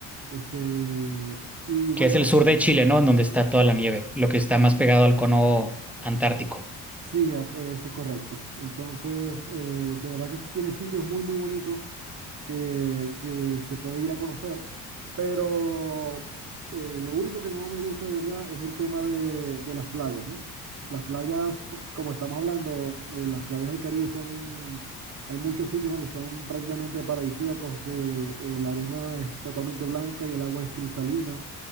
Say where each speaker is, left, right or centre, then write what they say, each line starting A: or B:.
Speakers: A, on the right; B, in the centre.
A: este, y bueno,
B: que es el sur de Chile, ¿no? En donde está toda la nieve, lo que está más pegado al cono antártico.
A: sí, a- eso es correcto. Entonces, eh, de verdad que tiene sitios muy, muy bonitos que, que se puede ir a conocer, pero eh, lo único que no me gusta de verdad es el tema de, de las playas, ¿no? Las playas, po- como estamos hablando, eh, las playas del Caribe son, hay muchos sitios donde son prácticamente paradisíacos, que eh, la arena es totalmente blanca y el agua es cristalina